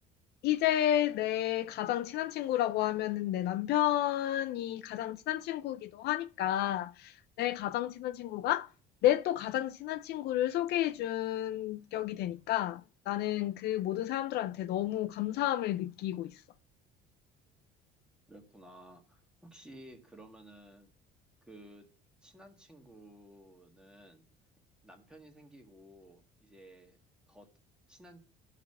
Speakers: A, on the left (about 60°); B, in the centre.
A: 이제 내 가장 친한 친구라고 하면은 내 남편이 가장 친한 친구이기도 하니까 내 가장 친한 친구가 내 또 가장 친한 친구를 소개해준 격이 되니까 나는 그 모든 사람들한테 너무 감사함을 느끼고 있어.
B: 그랬구나. 혹시 그러면은 그 친한 친구는 남편이 생기고 이제 더 친한